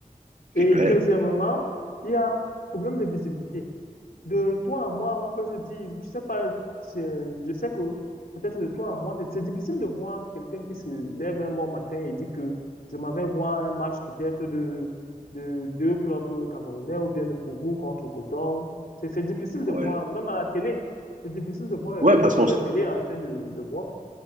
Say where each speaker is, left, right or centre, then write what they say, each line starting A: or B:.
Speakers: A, on the left (about 80°); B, on the right (about 60°).
A: Et
B: c'est clair.
A: deuxièmement, il y a un problème de visibilité. De toi à moi, on peut se dire, je sais pas, je, je sais que peut-être de toi à moi, c'est c'est difficile de voir quelqu'un qui se lève un bon matin et dit que je m'en vais voir un match peut-être de, de deux clubs camerounais ou bien de Fofo contre Coton. C'est c'est difficile de
B: Oui,
A: voir, même à la télé, c'est difficile de voir quelqu'un
B: oui, parce
A: de match
B: qu'on, s-
A: à la télé en train de, de voir.